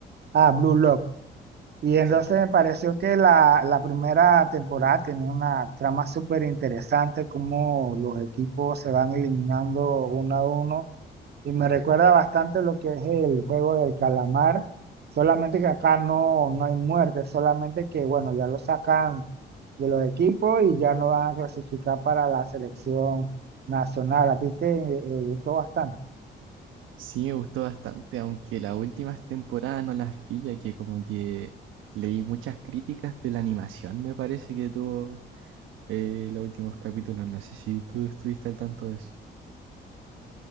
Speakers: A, on the right (about 55°); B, on the right (about 85°).
A: Ah, Blue Lock. Y entonces
B: sí.
A: me pareció que la, la primera temporada tenía una trama súper interesante, como los equipos se van eliminando uno a uno. Y me recuerda bastante lo que es el juego del calamar, solamente que acá no, no hay muerte, solamente que, bueno, ya lo sacan de los equipos y ya no van a clasificar para la selección nacional. A ti te eh, gustó bastante.
B: Sí me gustó bastante, aunque las últimas temporadas no las vi, ya que como que leí muchas críticas de la animación, me parece que tuvo eh, los últimos capítulos. No sé si tú estuviste al tanto de eso.